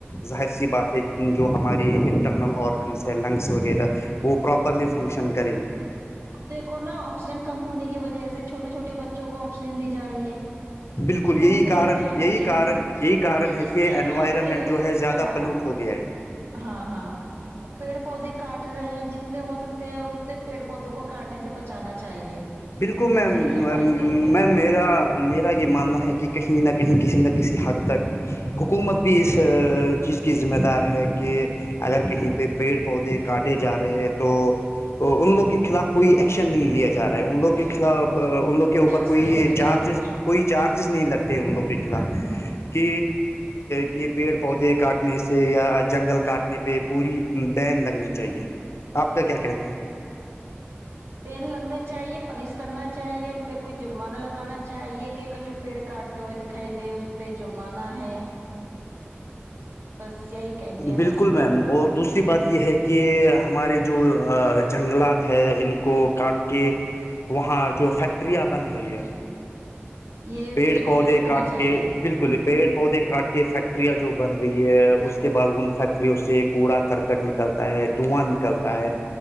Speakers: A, on the left; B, on the right.
A: ظاہر سی بات تھ جو ہماری انٹرنل آرگنس ہے لنگس وغیرہ وہ پراپرلی فنکشن کرے گی
B: دیکو نا آکسیجن کم ہونے کی وجہ سے چھوٹے چھوٹے بچوں کو آکسیجن دی جا رہی ہے
A: بالکل یہی
B: پمپ لیتے
A: کارن
B: ہیں
A: یہی
B: بچے
A: کارن یہی کارن ہے
B: اس
A: کہ
B: لیے
A: انوائرمنٹ
B: نا کہ
A: جو ہے زیادہ
B: ہاں
A: پلیوٹ ہو گیا ہے
B: ہاں ہاں پیڑ پودے کاٹ رہے ہیں جتنے ہو سکتے ہیں اتنے پیڑ پودوں کو کانٹے سے بچانا چاہیے
A: بالکل
B: بس
A: میں
B: یہی ایڈوائس دیں گے ہم
A: میں
B: تو
A: میرا میرا یہ ماننا ہے کہ کہیں نہ کہیں کسی نہ کسی حد تک حکومت بھی اس چیز کی ذمہ دار ہے کہ اگر کہیں پہ پیڑ پودے کاٹے جا رہے ہیں تو ان لوگ کے خلاف کوئی ایکشن نہیں لیا جا رہا ان لوگ کے خلاف ان لوگ کے اوپر
B: ایکشن
A: کوئی
B: لینا
A: چارجز
B: چاہیے
A: کوئی چارجز نہیں لگتے ان لوگ کے خلاف
B: ہوں
A: کہ یہ پیڑ پودے کاٹنے سے یا جنگل کاٹنے پہ پوری بین لگنی چاہیے آپ کا کیا کہنا ہے
B: پین لگنے چاہیے پنش کرنا چاہیے ان پہ کوئی جرمانہ لگانا چاہیے کہ جو پیڑ کاٹتے ہوئے دکھائی دے اس پہ جرمانہ ہے بس یہی کہیں گے ہم
A: بالکل
B: تو
A: میم اور دوسری بات یہ ہے کہ ہمارے جو جنگلات ہے ان کو کاٹ کے وہاں جو فیکٹریاں بن رہی ہے
B: یہ
A: پیڑ
B: اس کو
A: پودے
B: بھی روکنا
A: کاٹ
B: چاہیے
A: کے بالکل ہی پیڑ پودے کاٹ کے فیکٹریاں جو بن رہی ہے اس کے بعد ان فیکٹریوں سے کوڑا کرکٹ نکلتا ہے دھواں نکلتا ہے